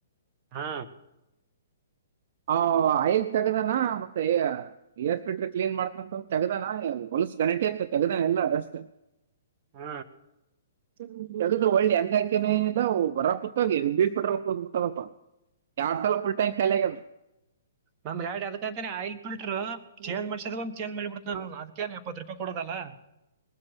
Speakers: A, on the right; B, on the right.
A: ಹಾ.
B: ಆ ಐದ ತೆಗದಾನ ಮತ್ತೆ. ಏರ್ ಫಿಟ್ರರ್ ಕ್ಲೀನ್ ಮಾಡ್ತನ ತೆಗ್ದಾನ ಹೊಲ್ಸ ಗಂಟೆ ಇ ತೆಗ್ದಾನ ಎಲ್ಲ ಅಷ್ಟಟ್.
A: ಹ್ಮ.
B: <inaudible> ತಗದ ಒಳ್ಳೆ ಹೆಂಗ ಹಾಕ್ಯಾನ್ ಏನ್ ಇಲ್ಲ ಬರ ಕೂತ್ಗ ಬೀ ಪಟ್ರ ಕೂತ್ತದಪ್ಪ. ಎರಡ ಸಲ ಫುಲ್ ಟ್ಯಾಂಕ್ ಖಾಲಿ ಆಗೆದ.
A: ನನ್ನ ಗಾಡಿ ಅದ್ಕ ಅಂತೆನಿ ಆಯಲ್ ಫಿಲ್ಟರ್
B: ಹ್ಮ್
A: ಚೇಂಜ್ ಮಾಡಸ ಚೇಂಜ್ ಮಾಡಿ ಬಿಡ್ತಾರ್ ಅವ್ರು ಅದಕೆ. ಇಪ್ಪತ್ತು ರೂಪಾಯಿ ಕೊಡೋದಲ್ಲಾ.